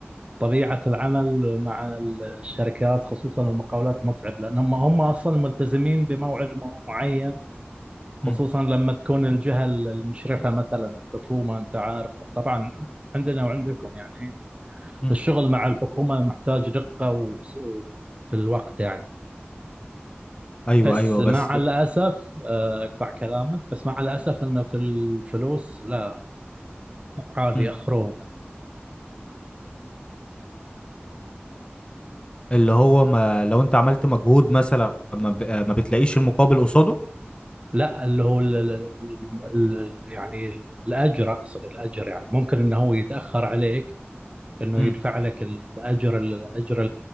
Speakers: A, on the right; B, on the left.
A: طبيعه العمل مع الشركات خصوصا المقاولات متعب لانهم هم اصلا ملتزمين بموعد م- معين خصوصا
B: مم.
A: لما تكون الجهة المشرفة مثلا الحكومة أنت عارف طبعا عندنا وعندكم يعني
B: مم.
A: الشغل مع الحكومة محتاج دقة و- وفي الوقت يعني
B: ايوه
A: بس
B: ايوه
A: مع
B: بس
A: الأسف آه، أقطع كلامك بس مع الأسف أنه في الفلوس لا عادي
B: مم.
A: أخرونه
B: اللي هو ما لو انت عملت مجهود مثلا ما, ب... ما بتلاقيش المقابل قصاده
A: لا اللي هو ال- ال- ال- ال- يعني الأجر أقصد الأجر يعني ممكن أنه هو يتأخر عليك انه
B: مم.
A: يدفع لك الاجر الاجر